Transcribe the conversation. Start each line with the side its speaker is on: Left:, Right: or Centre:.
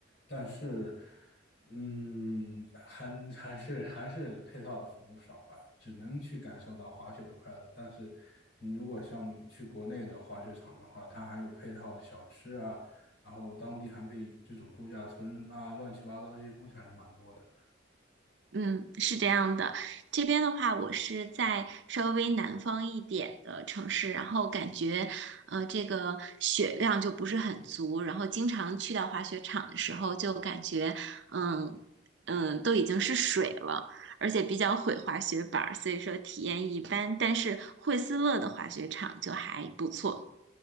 Left: 但是，嗯，还还是还是配套的服务少吧，只能去感受到滑雪的快乐。但是，你如果像去国内的滑雪场的话，它还有配套的小吃啊。然后当地还可以这种度假村啊，乱七八糟这些东西还是蛮多的。
Right: 嗯，是这样的。这边的话，我是在稍微南方一点的城市，然后感觉，呃，这个雪量就不是很足，然后经常去到滑雪场的时候，就感觉，嗯嗯，都已经是水了，而且比较毁滑雪板儿，所以说体验一般。但是惠斯勒的滑雪场就还不错。